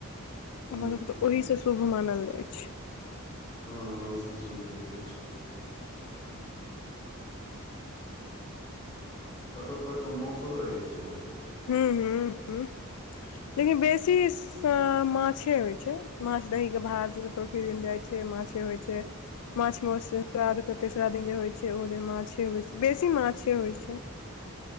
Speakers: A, on the left; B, on the left.
A: हुँ
B: हमर सभके तऽ
A: हुँ
B: ओहिसँ शुभ मानल जाइ छै
A: हँ ओहिसँ तऽ शुभ होइते छै कतहु कतहु मासो रहै छै यहाँके
B: हू हू ह लेकिन बेसी सँ माछे होइत छै माछ दहीके बार छैतौथी दिन जाइत छै माछे होइत छै माछ मौस सरा तेसरा दिन जे होइत छै ओहो दिन माछे होइत छै बेसी माछे होइत छै